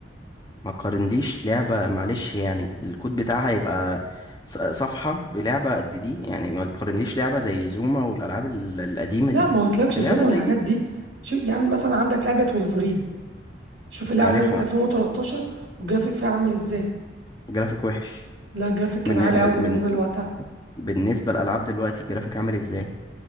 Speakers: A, on the left; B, on the right.
A: ما قارنليش لعبة معلش يعني الكود بتاعها يبقى ص- صفحة بلعبة قد دي يعني ما تقارنليش لعبة زي زوما والألعاب ال- القديمة
B: لا
A: دي
B: ما قلتلكش
A: بلعبة
B: زوم ولا
A: زي
B: الحاجات
A: دي
B: دي شو يعني مثلا عندك لعبة وولفرين شوف اللعبة
A: عارفها
B: نازلة من 2013 والجرافيك فيها عامل ازاي
A: جرافيك وحش
B: لا الجرافيك كان
A: بالن...
B: عالي
A: بن...
B: قوي بالنسبة
A: بن...
B: لوقتها
A: بالنسبة للألعاب دلوقتي الجرافيك عامل ازاي